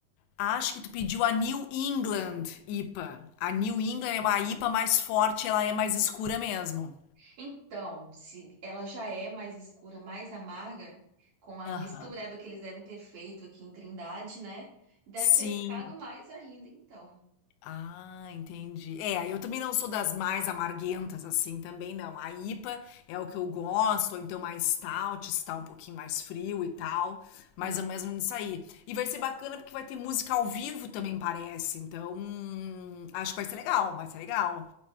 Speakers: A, on the left (about 85°); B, on the right (about 45°).
A: Acho que tu pediu a New England IPA. A A New
B: Hum.
A: England é uma IPA mais forte, ela é mais escura mesmo.
B: Então, se ela já é mais escura, mais amarga, com a
A: Aham.
B: mistureba que eles devem ter feito aqui em Trindade, né? Deve
A: Sim.
B: ter ficado mais ainda, então.
A: Ah, entendi. É, eu também não sou das mais amarguentas, assim, também não. A IPA é o que eu gosto, ou então mais stout, está um pouquinho mais frio e tal, é mais
B: Hum,
A: ou menos nisso aí. E vai ser bacana porque vai ter música ao vivo também, parece. Então, hum, acho que vai ser legal, vai ser legal.